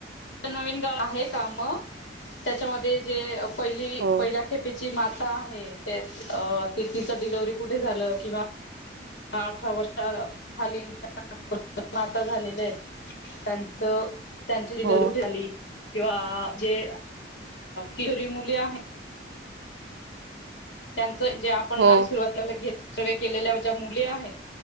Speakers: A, on the left; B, on the right.
A: नवीन गाव आहे का म त्याच्यामध्ये जे पहिली
B: हो
A: पहिल्या खेपेची माता आहे. त्या तिचं डिलवर्ही कुठे झालं किंवा अठरा वर्ष खालीलच्या माता झालेल्या आहेत त्यांचं त्यांची डिलिव्हरी
B: हो
A: कुठे झाली? किंवा जे किशोरी मुली आहे त्यां जे आपण
B: हो
A: आधी सुरवातला घेतल सर्वे केलेल्या ज्या मुली आहेत